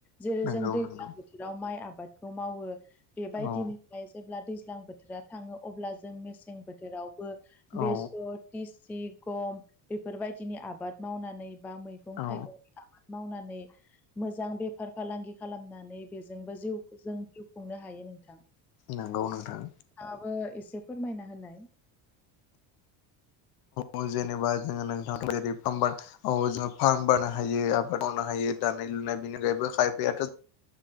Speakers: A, in the centre; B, on the left.
A: जेरै
B: नंगौ
A: जों दैज्लां
B: नंगौ
A: बोथोराव माइ आबादखौ मावो बेबायदिनो
B: औ
A: जेब्ला दैज्लां बोथोरा थाङो अब्ला जों मेसें बोथोरावबो बेसर
B: औ
A: लिसि गम बेफोर बायदिनि आबाद मावनानै बा मैगं
B: औ
A: थाइगं मावनानै मोजां बेफार फालांगि खालामनानै बेजोंबो जिउखौ जों जिउ खुंनो हायो नोंथां।
B: नोंगौ नोंथां
A: नोंथांआबो एसे फोरमायना होलाय।
B: औ जेनेबा जोङो नोंथां <unintelligible> औ जों फार्म बानो हायो आबाद मावनो हायो दानाय लुनाय बेनिफायबो खायफायाथ'